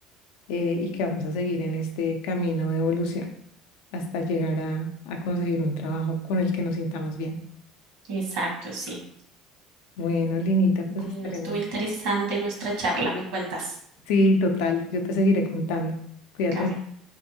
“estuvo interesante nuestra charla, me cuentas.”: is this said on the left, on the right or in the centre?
Right